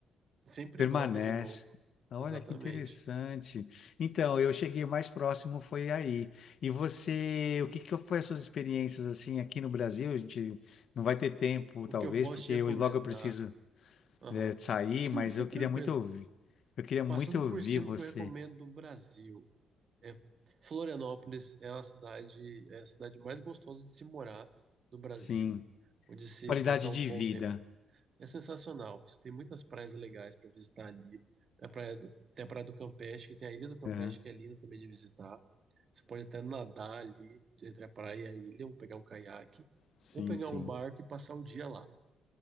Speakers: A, on the right; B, on the left.
A: sempre
B: permanece.
A: brota de novo.
B: Olha
A: Exatamente.
B: que interessante. Então, eu cheguei o mais próximo foi aí. E você, o que que foi as suas experiências assim aqui no Brasil? A gente não vai ter tempo,
A: O
B: talvez,
A: que eu posso
B: porque
A: te recomendar?
B: eu, logo eu preciso,
A: Aham.
B: é, sair,
A: Ah, sim,
B: mas
A: fica
B: eu
A: tranquilo.
B: queria muito ouvir. Eu queria muito
A: Passando
B: ouvir
A: por cima,
B: você.
A: o que eu recomendo do Brasil. É, Florianópolis é uma cidade, é a cidade mais gostosa de se morar no Brasil,
B: Sim.
A: ou de se
B: Qualidade
A: passar
B: de
A: um bom
B: vida.
A: tempo. É sensacional. Você tem muitas praias legais para visitar ali. Tem a praia do, tem a praia do Campeche, que tem a Ilha do Campeche,
B: Aham.
A: que é linda também de visitar. Você pode até nadar ali entre a praia e a ilha, ou pegar um caiaque,
B: Sim,
A: ou pegar
B: sim.
A: um barco e passar o dia lá.